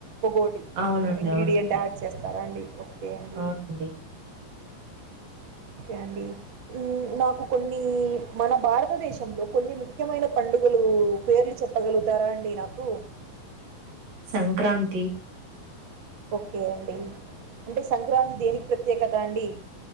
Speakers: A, on the right; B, on the right.
A: ఒక్కొటి
B: అవునండి
A: ఆ ఇంగ్రీడియంట్
B: అవునండి
A: యాడ్ చేస్తారాండి. కే అండి
B: అవునండి
A: ఓకే అండి ఉ నాకు కొన్ని మన భారతదేశంలో కొన్ని ముఖ్యమైన పండుగలు పేర్లు చెప్పగలుగుతారా అండి నాకు
B: సంక్రాంతి
A: ఓకే అండి అంటే సంక్రాంతి దేనికి ప్రత్యేకం కదండి